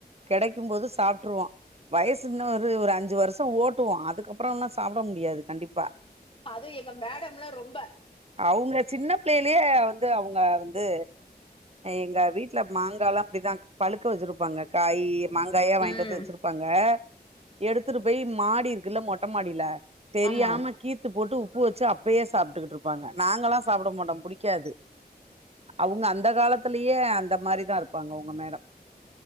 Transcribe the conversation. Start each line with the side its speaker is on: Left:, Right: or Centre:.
Right: கெடைக்கும்போது சாப்ட்ருவோ வயசு உன்னோ ஒரு ஒரு அஞ்சு வருஷோ ஓட்டுவோ அதுக்கப்பறோ எல்லா சாப்ட முடியாது கண்டிப்பா
Left: அது எங்க மேடம்லா ரொம்ப
Right: அவுங்க சின்ன பிள்ளேலயே வந்து அவுங்க வந்து எங்க வீட்ல மாங்கால்லா அப்டிதா பழுக்க வச்சுருப்பாங்க காயி மாங்காயா வாங்கிட்டு
Left: ம்
Right: வந்து வச்சுருப் பாங்க எடுத்துட்டு போயி மாடி இருக்குல்ல மொட்ட மாடில தெரியாம
Left: ஆமா
Right: கீ்த் து போட்டு உப்பு வச்சு அப்பயே சாப்ட்டுகிட்டு இருப்பாங்க நாங்கல்லா சாப்ட மாட்டோ புடிக்காது அவுங்க அந்த காலத்லயே அந்த மாரி தா இருப்பாங்க உங்க மேடம்